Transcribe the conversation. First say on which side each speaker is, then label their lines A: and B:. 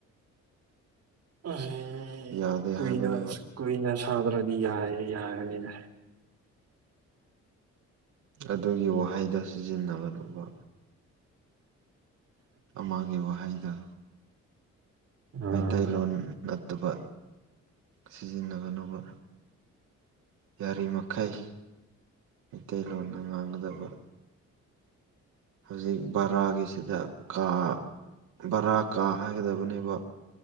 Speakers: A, on the right; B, on the right.
A: ꯑꯣꯏꯣꯏꯅ
B: ꯌꯥꯗꯦ ꯍꯥꯏꯕꯅꯦꯕ
A: ꯊꯥꯗ꯭ꯔꯗꯤ ꯌꯥꯏ ꯌꯥꯒꯅꯤꯅꯦ
B: ꯑꯗꯨꯒꯤ ꯋꯥꯍꯩꯗꯣ ꯁꯤꯖꯤꯟꯅꯕꯅꯣꯕ ꯃꯥꯒꯤ ꯋꯥꯍꯩꯗ
A: ꯑꯥ
B: ꯃꯩꯇꯩꯂꯣꯟ ꯅꯠꯇꯕ ꯁꯤꯖꯤꯟꯅꯒꯅꯕ ꯌꯥꯔꯤꯃꯈꯩ ꯃꯩꯇꯩꯂꯣꯟꯅ ꯉꯥꯡꯒꯗꯕ ꯍꯧꯖꯤꯛ ꯚꯔꯥꯒꯤꯁꯤꯗ ꯀꯥ ꯕꯔꯥ ꯀꯥ ꯍꯥꯏꯒꯗꯕꯅꯦꯕ